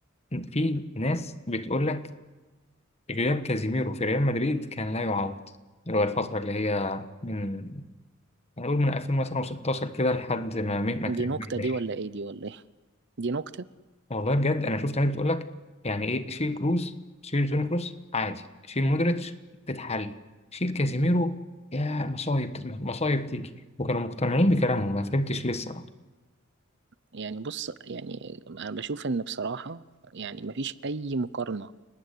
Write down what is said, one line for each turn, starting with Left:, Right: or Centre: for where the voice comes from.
Left: في ناس بتقول لك غياب كازيميرو في ريال مدريد كان لا يعوض اللي هو الفترة اللي هي من نقول من 2000 مثلا و16 كده لحد ما مين ما
Right: دي
Left: كلمنيش
Right: نكتة دي ولا ايه دي ولا ايه دي نكتة
Left: والله بجد انا شفت ناس بتقول لك يعني ايه شيل كروز شيل جوني كروز عادي شيل مودريتش تتحل شيل كازيميرو يا مصايب تت- مصايب تيجي وكانوا مقتنعين بكلامهم ما فهمتش ليه الصراحه
Right: يعني بص يعني انا بشوف ان بصراحة يعني مفيش اي مقارنة